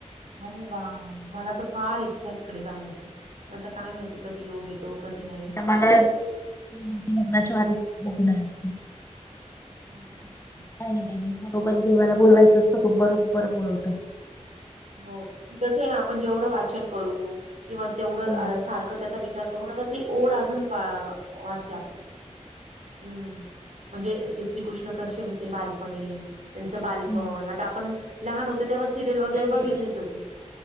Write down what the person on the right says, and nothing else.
अरे वा मला तर फार इच्छा आहे तिकडे जााण्याची. आता काय माहिती कधी योग येतो कधी नाही.
हो ह. <unintelligible>
हो कसं आहे ना आपण जेवढं वाचन करू किंवा तेवढं
सारखं त्याचा विचार. करून आता ती ओढ अजून वा वाढते आपली हम्म. म्हणजे ते श्रीकृष्ण कशे होते बालपणी? त्यांचं बालपण
आता आपण लहान होतो तेव्हा सिरीयल वगैरे
बघितलीच होती.